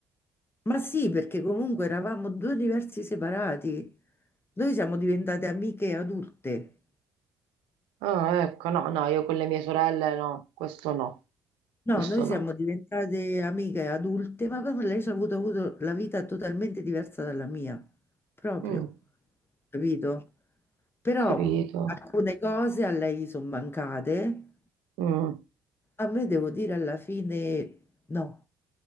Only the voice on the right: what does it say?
Ah, ecco, no, no, io con le mie sorelle no, questo no, questo
no.
Mm, ho
capito.
Mm,